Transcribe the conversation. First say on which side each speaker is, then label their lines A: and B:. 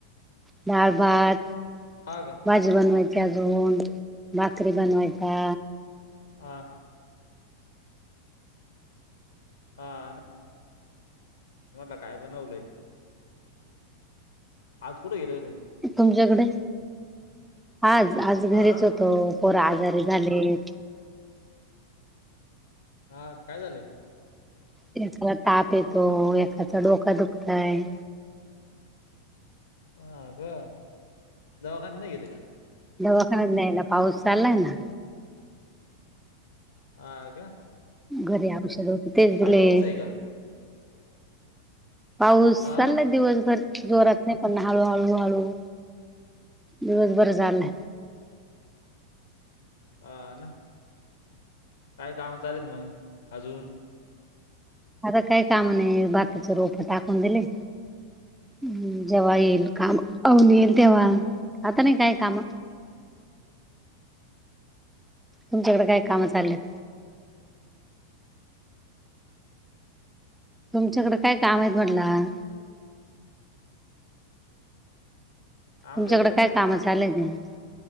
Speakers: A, in the centre; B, on the left.
A: त्या बद
B: ह का
A: भाजी बनवायची अजून भाकरी बनवायचा
B: अ हा म्हट काय बनवलंय अज कुड इरद
A: तुमच्याकडे आज आज घरीच
B: हा
A: हो त पोर आजारी झाले
B: हा काय झालंय
A: एखाला ताप येतो एखाचा डोका दुखतय
B: अछा दवाखान नाही गेले का
A: दवाखान्यात नाही ना पाऊस चाललाय ना
B: हा
A: घरी औषध होते तेच दिले
B: लय पाऊस आहे का
A: पाऊस
B: हा
A: चालला दिवसभर जोरात नाही पण हळू हळू हळू दिवस बरं झालंय
B: ह ना काय काम चालेत मग अजून
A: आता काय कामा नाही बातीचे रोप टाकून दिले हम् जेव्हा येईल काम अऊन येईल तेव्हा आता नाही काय काम तुमच्याकडे काय कामं चालत तुमच्याकडे काय काम आहेत म्हटलं
B: आमच्या
A: तुमच्याकडे
B: वगात
A: काय
B: काही काम
A: चाललेत
B: आहे